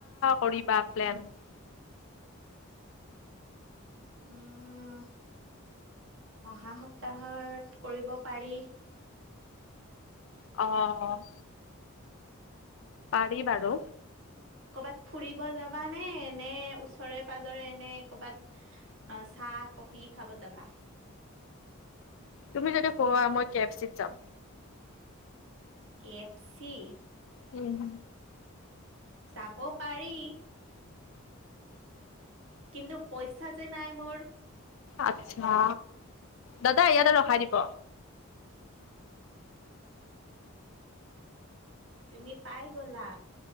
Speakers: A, on the left (about 65°); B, on the right (about 65°).
A: কৰিবা প্লেন?
B: উম অহা সপ্তাহত কৰিব পাৰি।
A: অ অ, পাৰি বাৰু,
B: ক'বাত ফুৰিব যাবা নে এনে ওচৰে পাজৰে এনে কবাত, এ চাহ কফি খাব যাবা?
A: তুমি যদি খোৱা মই কেফ চিত যাম।
B: কেফচি,
A: উম
B: যাব পাৰি। কিন্তু পইচা যে নাই মোৰ,
A: আচছা, দাদা ইয়াতে ৰখাই দিব।
B: তুমি পাই গলা।